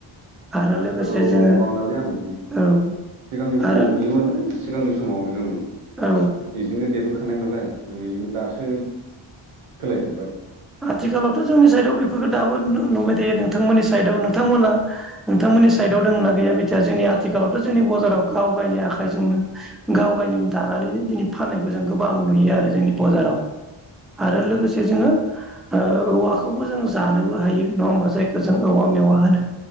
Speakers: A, in the centre; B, on the right.
A: आरो
B: आथिखालाव
A: लोगोसे जोङो
B: नुबांलालै आं बिदि
A: औ
B: सिगांनि समाव
A: आरो
B: नुयोमोनो सिगांनि समाव जों
A: औ
B: बिदिनो देरबोखा थानाय नालाय नुयोमोन दासो सोलायजोब्बाय
A: आथिखालावथ' जोंनि साइडआव बेफोरखौ दाबो नुबाय थायो नोंथांमोननि साइडआव नोंथांमोना नोंथांमोननि साइदआव दं ना गैया मिथिया जोंनि आथिखालावथ' जोंनि बाजाराव गाव गायनि आखाइजोंनो गाव गायनो दानानैनो दिनै फाननायखौ जों गोबां नुयो आरो जोंनि बाजाराव आरो लोगोसे जोङो ओ औवाखौबो जों जानोबो हायो नङा होमबा जाय जों औवा
B: अ औ
A: मेवा होनो